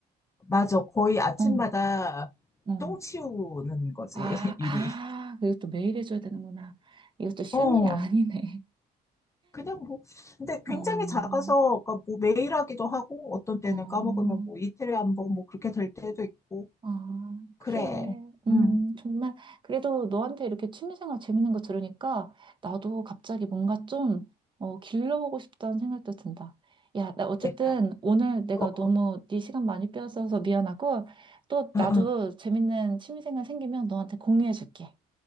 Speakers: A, on the left; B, on the right.
A: 맞아. 거의 아침마다
B: 어, 어.
A: 똥 치우는 거지,
B: 아,
A: <laughs> 일이.
B: 아, 그리고 또 매일 해줘야 되는구나. 이것도 쉬운
A: 어,
B: 일이 아니네.
A: 그냥 뭐, 근데
B: <laughs>
A: 굉장히
B: 어,
A: 작아서, 그러니까 뭐 매일 하기도 하고, 어떤 때는
B: 어.
A: 까먹으면 뭐 이틀에 한 번, 뭐 그렇게 될 때도 있고,
B: 아,
A: 그래.
B: 그래. 음,
A: 응,
B: 정말. 그래도 너한테 이렇게 취미생활 재밌는 거 들으니까 나도 갑자기 뭔가 좀, 어, 길러보고 싶다는 생각도 든다. 야, 나 어쨌든
A: 내가,
B: 오늘 내가
A: 어,
B: 너무
A: 어,
B: 네 시간 많이 빼앗아서 미안하고 또
A: 어,
B: 나도
A: 어.
B: 재밌는 취미생활 생기면 너한테 공유해줄게.